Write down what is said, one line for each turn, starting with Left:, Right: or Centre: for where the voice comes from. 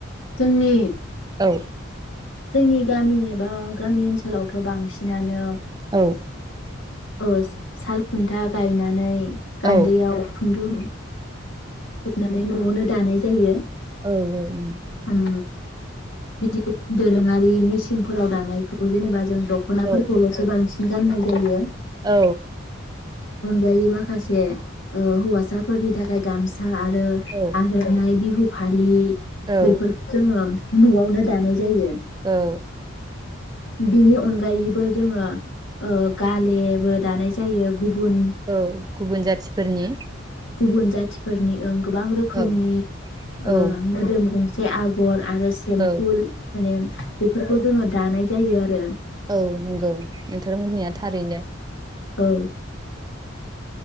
Left: जोंनि
Right: औ
Left: जोंनि गामि एबा गामि ओनसोलावथ बांसिनानो
Right: औ
Left: ओस साल खुन्था गायनानै गान्दैयाव
Right: औ
Left: खुन्दुं <unintelligible> नानै नआवनो दानाय जायो।
Right: औ नंगौ
Left: उम बिदि दोरोङारि मेसिंफोराव दानायखौ जेनेबा जों दखनाफोरखौलसो
Right: औ
Left: बांसिन गाननाय जायो।
Right: औ
Left: गायै माखासे ओ हौवासाफोरनि थाखाय गामस सा आरो
Right: औ
Left: आरनाइ बिहु फालि
Right: औ
Left: बेफोर जोङो नआवनो दानाय जायो
Right: औ
Left: बिनि अन गायैबो जोङो ओ गालेबो दानाय जायो गुबुन
Right: औ गुबुन जाथिफोरनि
Left: गुबुन जाथिफोरनि ओं गोबां रोखोमनि
Right: औ औ
Left: ओ मोदोम गं जे आगर आरो सेम्फुल
Right: औ
Left: माने बेफोरखौ जोङो दानाय जायो आरो
Right: औ नंगौ नोंथांर बुंनाया थारैनो
Left: औ